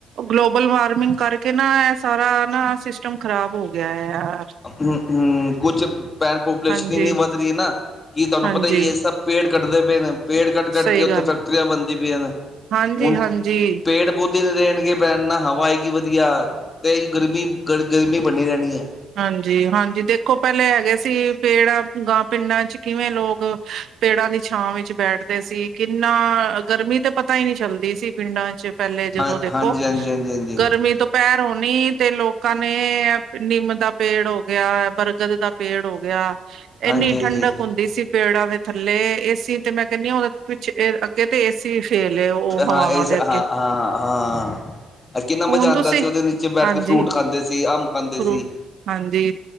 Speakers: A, on the right (about 70°); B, on the left (about 25°).
A: ਗਲੋਬਲ ਵਾਰਮਿੰਗ ਕਰਕੇ ਨਾ ਇਹ ਸਾਰਾ ਨਾ ਸਿਸਟਮ ਖਰਾਬ ਹੋ ਗਿਆ ਆ।
B: ਹੂੰ-ਹੂੰ ਕੁਛ ਭੈਣ ਪੇ ਪੂਲੇਸ਼ਨ
A: ਹਾਂਜੀ
B: ਇੰਨੀ ਵੱਧ ਰਹੀ ਹੈ ਨਾ ਕਿ ਤੁਹਾਨੂੰ
A: ਹਾਂਜੀ
B: ਪਤਾ ਇਹ ਸਭ ਪੇੜ ਕੱਢਦੇ ਪਏ ਨੇ ਪੇੜ ਕੱਟ-ਕੱਟ
A: ਸਹੀ
B: ਕੇ ਉੱਥੇ
A: ਗੱਲ
B: ਫੈਕਟਰੀਆਂ ਬਣਦੀ ਪਈਆਂ ਨੇ
A: ਹਾਂਜੀ
B: ਹੁਣ
A: ਹਾਂਜੀ
B: ਪੇੜ-ਪੌਦੇ ਦਿਨ ਰਹਿਣ ਕੇ ਭੈਣ ਨਾ ਹਵਾ ਆਏਗੀ ਵਧੀਆ ਅਤੇ ਗਰਮੀ ਗਰ ਗਰਮੀ ਬਣੀ ਰਹਿਣੀ ਏ।
A: ਹਾਂਜੀ-ਹਾਂਜੀ ਦੇਖੋ ਪਹਿਲੇ ਹੈਗੇ ਸੀ ਪੇੜ ਗਾਂ ਪਿੰਡਾਂ ਚ ਕਿਵੇਂ ਲੋਕ ਪੇੜਾਂ ਦੀ ਛਾਂ ਵਿੱਚ ਬੈਠਦੇ ਤੇ ਸੀ ਕਿੰਨਾ ਗਰਮੀ ਤੇ ਪਤਾ ਈ ਨੀ ਚੱਲਦੀ ਸੀ ਪਿੰਡਾਂ ਚ। ਪੈਲੇ ਜਦੋਂ
B: ਹਾਂ
A: ਦੇਖੋ,
B: ਹਾਂਜੀ ਹਾਂਜੀ ਹਾਂਜੀ ਹਾਂਜੀ
A: ਗਰਮੀ ਤੋਂ ਪੇਰ ਹੋਣੀ ਤੇ ਲੋਕਾਂ ਨੇ ਨਿੰਮ ਦਾ ਪੇੜ ਹੋ ਗਿਆ ਬਰਗਦ ਦਾ ਪੇੜ ਹੋ ਗਿਆ
B: ਹਾਂਜੀ
A: ਇੰਨੀ ਠੰਡਕ
B: ਹਾਂਜੀ ਹਾਂਜੀ
A: ਹੁੰਦੀ ਸੀ। ਪੇੜਾਂ ਦੇ ਥੱਲੇ ਏਸੀ ਤੇ ਮੈਂ ਕੈਨੀ ਆ ਔਦੇ ਪਿੱਛੇ ਏਰ ਅਗ ਏ ਤੇ ਏਸੀ ਵੀ ਫੇਲ ਏ ਔ ਹਵਾਵਾਂ
B: ਹਾਂ ਇਸ
A: ਦੇ ਅੱਗੇ
B: ਹਾਂ ਹਾਂ ਹਾਂ ਕਿੰਨਾ ਮਜ਼ਾ
A: ਹੁਣ
B: ਆਂਦਾ
A: ਤੁਸੀਂ
B: ਸੀ ਉਹਦੇ ਨੀਚੇ ਬੈਠ
A: ਹਾਂਜੀ
B: ਕੇ ਫਰੂਟ ਖਾਂਦੇ ਸੀ ਅੰਬ ਖਾਂਦੇ
A: ਫਰੂਟ
B: ਸੀ।
A: ਹਾਂਜੀ